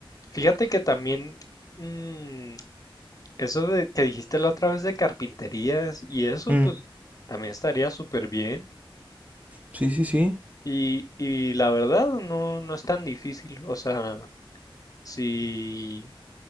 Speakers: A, on the left (about 40°); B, on the right (about 15°).
A: Fíjate que también mm, eso de que dijiste la otra vez de carpinterías y eso,
B: Mm,
A: pues también estaría súper bien.
B: sí, sí, sí.
A: Y, y la verdad no, no es tan difícil. O sea, si,